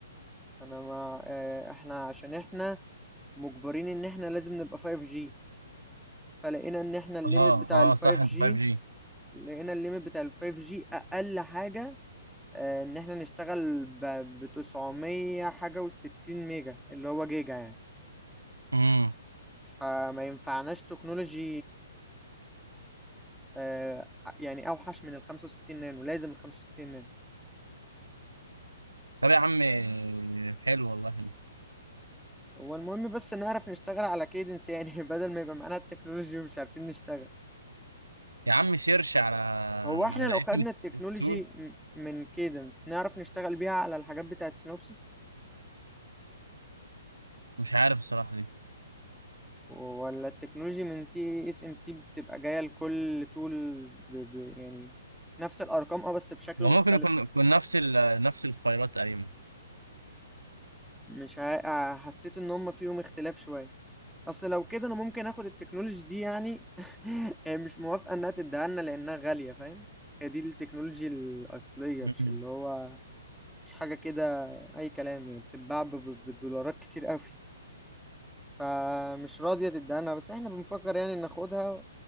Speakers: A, in the centre; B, on the right.
A: انا ما آه، احنا عشان احنا مجبرين ان احنا لازم نبقى 5G فلقينا ان احنا
B: اه
A: الليميت
B: اه
A: بتاع ال
B: صح
A: 5G
B: انت 5 جي
A: لقينا الليميت بتاع ال 5G اقل حاجة آه، ان احنا نشتغل ب 900 حاجة و60 ميجا اللي هو جيجا يعني
B: امم
A: فما ينفعناش تكنولوجي آه، يعني اوحش من ال 65 نانو لازم ال 65 نانو
B: طب يا عم حلو والله
A: هو المهم بس نعرف نشتغل على كيدنس يعني <laughs> بدل ما يبقى معانا التكنولوجي ومش عارفين نشتغل
B: يا عم سيرش على
A: هو احنا
B: على
A: لو خدنا
B: اسم
A: التكنولوجي
B: التول
A: م- من كيدنس نعرف نشتغل بيها على الحاجات بتاعت سينوبسيس
B: مش عارف الصراحه دي
A: ولا التكنولوجي من تي اس ام سي بتبقى جاية لكل تول ب... ب... يعني نفس الارقام اه بس بشكل
B: وممكن
A: مختلف
B: يكون يكون نفس ال... نفس الفايلات تقريبا
A: مش ع... آه، حسيت ان هم فيهم اختلاف شوية اصل لو كده انا ممكن اخد التكنولوجي دي يعني <laughs> هي مش موافقة انها تديها لنا لانها غالية فاهم هي دي التكنولوجي الاصلية
B: مم.
A: مش اللي هو مش حاجة كده اي كلام يعني بتتباع ب- ب- بالدولارات كتير قوي فمش راضية تدهنها بس احنا بنفكر يعني ناخدها